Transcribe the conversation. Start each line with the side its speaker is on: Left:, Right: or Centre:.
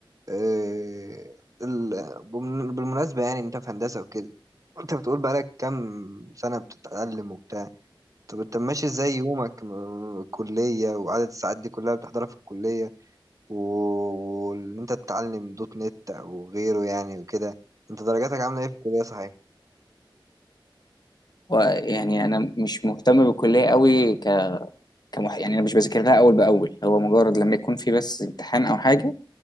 Right: اه ال- بالمناسبه يعني انت في هندسه وكده انت بتقول بقالك كام سنه بتتعلم وبتاع طب انت ماشي ازاي يومك م- الكلية وعدد الساعات دي كلها بتحضرها في الكلية و- وان انت تتعلم دوت نت او غيره يعني وكده انت درجاتك عاملة ايه في الكلية صحيح؟
Left: ويعني انا مش مهتم بالكليه قوي ك... كمح... يعني انا مش بذاكر لها اول باول هو مجرد لما يكون في بس امتحان او حاجه